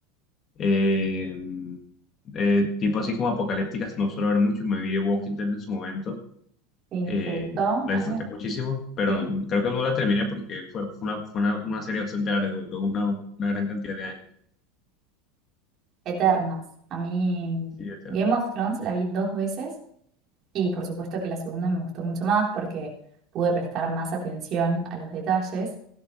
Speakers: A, on the left (about 30°); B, on the right (about 35°).
A: Eh, eh, tipo así como apocalípticas, no suelo ver mucho. Me vi The Walking Dead en su momento.
B: Sí,
A: eh,
B: ¿te gustó?
A: la
B: A
A: disfruté
B: mí me-
A: muchísimo, pero
B: Sí.
A: creo que no la terminé porque fue, fue una, fue una, una serie bastante larga, duró una, una gran cantidad de años.
B: Eternas. A mí
A: Sí, etcétera.
B: Game of Thrones la vi dos veces y por supuesto que la segunda me gustó mucho más porque pude prestar más atención a los detalles